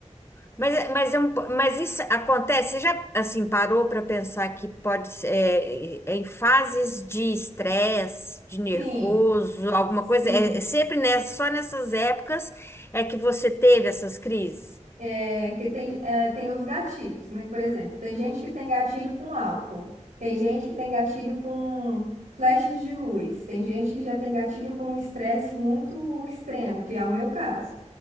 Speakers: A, on the left; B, on the right.
A: Mas, é- mas, é um mas isso acontece, você já assim parou para pensar que pode ser é, é é em fases de estresse, de
B: Sim,
A: nervoso, alguma
B: sim.
A: coisa? É, é sempre nessa, só nessas épocas é que você teve essas crises?
B: É, que tem, é, tem os gatilhos, né? Por exemplo, tem gente que tem gatilho com álcool, tem gente que tem gatilho com flashes de luz, tem gente que já tem gatilho com um estresse muito extremo, que é o meu caso.